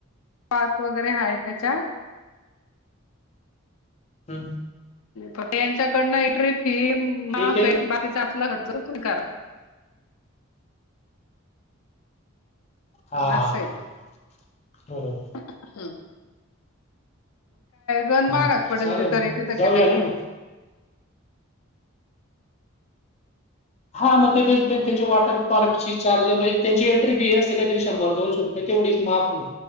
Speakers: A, on the left (about 85°); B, on the left (about 30°).
A: पार्क वगरे है त्याच्यात
B: ह
A: फकं यांच्याकडनं एट्री फी माफे
B: ठीक आहे.
A: बाकीचा खर्च तुमी करा.
B: हा, हा,
A: अस्सए
B: हा. बरोबर.
A: अअअअं म गण
B: हा,
A: महागात पडेल
B: चालेल,
A: ती तरी तिथं
B: जाऊया
A: गेलं की
B: न म हा मग ते त्यांचे वॉटर पार्कची चार्ज <unintelligible> त्याची एंट्री बीए <unintelligible> शंभर. दोनशे तेवढीच माफ होईल.